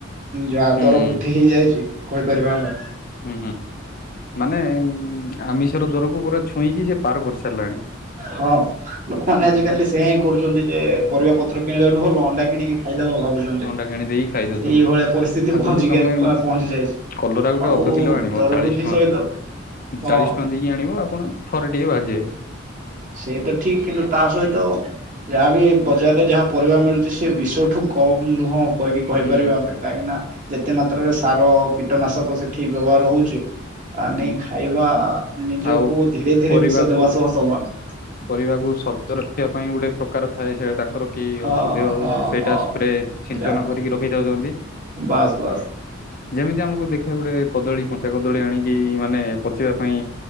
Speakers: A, on the right; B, on the left.
A: ଯାହା
B: ହୁଁ।
A: ଦର ବୃଦ୍ଧି ହେଇଯାଇଚି କହିପାରିବା ଆମେ।
B: ହୁଁ ହୁଁ ମାନେ ଆମିଷର ଦରକୁ ପୁରା ଛୁଇଁକି ସେ ପାର କରିସାରିଲାଣି।
A: ହଁ ଲୋକମାନେ
B: ହୁଁ
A: ଆଜିକାଲି
B: ହୁଁ
A: ସେଆ ହିଁ କରୁଛନ୍ତି ଯେ ପରିବାପତ୍ର କିଣିବାଠୁ ଭଲ ଅଣ୍ଡା କିଣିକି ଖାଇଦବା ଭାବୁ ଚନ୍ତି
B: ଅଣ୍ଡା କିଣି ଦେଇକି ଖାଇ ଦଉଛନ୍ତି।
A: ସେଇଭଳିଆ ପରିସ୍ଥିତି
B: ଆଉ
A: ପହଞ୍ଚି
B: ଯଦି ତମେ
A: ଗା ପହଞ୍ଚି ଯାଇଛି
B: କଲରା ଗୋଟେ
A: ଆଉ
B: ଅଧ କିଲୋ ଆଣିବ
A: ଦରବୃ
B: ଚାଳିଶ
A: ଧି
B: ଟଙ୍କା
A: ସହିତ ହଁ
B: ଚାଳିଶ ଟଙ୍କା ଦେଇକି ଆଣିବ ଆପଣ ଥରେ ଟିଏ ଭାଜିବେ।
A: ସେଇତ ଠିକ କିନ୍ତୁ ତା ସହିତ ଯାହାବି ବଜାରରେ ଯାହା ପରିବା ମିଳୁଚି ସେ ବିଷଠୁ କମ୍ ନୁହଁ। କହିକି
B: ହୁଁ
A: କହିପାରିବା ଆମେ କାହିଁକିନା ଯେତେ ମାତ୍ରାରେ ସାର କୀଟନାଶକ ସେଠି ବ୍ୟବହାର ହଉଚି ତା
B: ହୁଁ
A: ନେଇ ଖାଇବା ନିଜକୁ
B: ଆଉ
A: ଧୀରେ ଧୀରେ
B: ପରିବାକୁ
A: ବିଷ ଦେବା ସହ ସମାନ।
B: ପରିବାକୁ ସତ ରଖିବା ପାଇଁ ଗୋଟେ ପ୍ରକାର ଥାଏ ସେଇଟା ତାଙ୍କର କି
A: ହଁ
B: ଔଷଧୀୟ
A: ହଁ
B: ସେଇଟା
A: ହଁ
B: ସ୍ପ୍ରେ ଛିଞ୍ଚନ
A: ଯା
B: କରିକି ରଖିଥାଉଚନ୍ତି।
A: ବାସ୍ ବାସ୍।
B: ଯେମିତି ଆମକୁ ଦେଖିବାକୁ ଗୋଟେ କଦଳୀ କଞ୍ଚା କଦଳୀ ଆଣିକି ମାନେ ପଚିବା ପାଇଁ